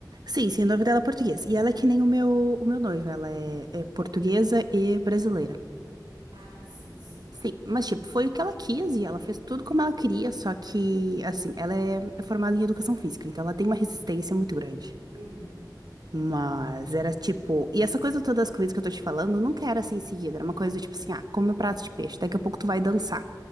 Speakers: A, on the right; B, on the right.
A: Sim, sim, o nome dela é português. E ela é que nem o meu, o meu noivo, ela é, é portuguesa e brasileira.
B: Ah, sim, sim.
A: Sim, mas tipo, foi o que ela quis e ela fez tudo como ela queria, só que, assim, ela é é formada em educação física, então ela tem uma resistência muito grande.
B: Uhum.
A: Mas era tipo. E essa coisa toda das comidas que eu tô te falando nunca era assim em seguida. Era uma coisa do tipo assim: ah, come o prato de peixe, daqui a pouco tu vai dançar.